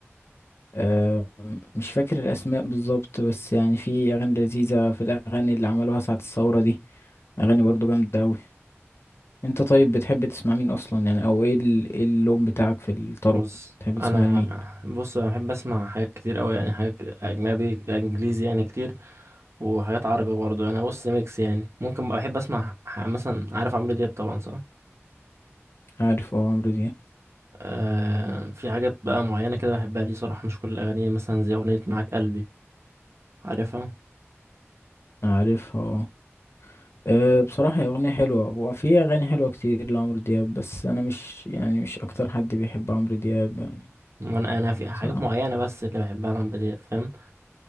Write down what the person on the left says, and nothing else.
آه، مش فاكر الأسماء بالظبط بس يعني في أغاني لذيذة في الأغاني اللي عملوها ساعة الثورة دي أغاني برضه جامدة أوي أنت طيب بتحب تسمع مين أصلا يعني أو إيه ال- إيه اللون بتاعك في الطرب
بتحب تسمع
لمين
عارف أه عمرو دياب
عارف أه آه، بصراحة هي أغنية حلوة وفي أغاني حلوة كتير لعمرو دياب بس أنا مش يعني مش أكتر حد بيحب عمرو دياب يعني
بصراحة